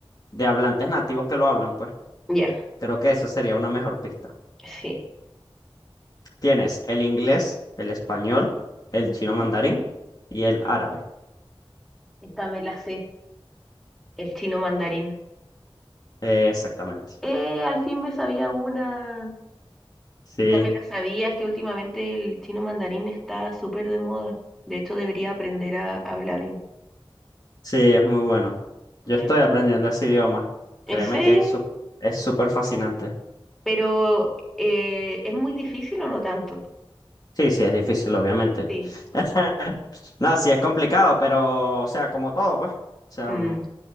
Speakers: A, on the left; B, in the centre.
A: de hablantes nativos que lo hablan, pues.
B: ya,
A: Creo que esa sería una mejor pista.
B: sí.
A: Tienes el inglés, el español, el
B: Ujú.
A: chino mandarín y el árabe.
B: Esta me la sé, el chino mandarín.
A: Eh, exactamente.
B: Eh, al fin me sabía una.
A: Sí,
B: Esta me la sabía, es que últimamente el chino mandarín está súper de moda. De hecho, debería aprender a hablarlo,
A: sí, es muy bueno. Yo
B: ¿cierto?
A: estoy aprendiendo ese idioma.
B: ¿En
A: Créeme
B: serio?
A: que es sup- es súper fascinante.
B: Pero eh, ¿es muy difícil o no tanto?
A: Sí, sí, es difícil, obviamente.
B: Sí.
A: <laughs> Nada, sí, es complicado, pero, o sea, como todo, pues. O sea,
B: Mm.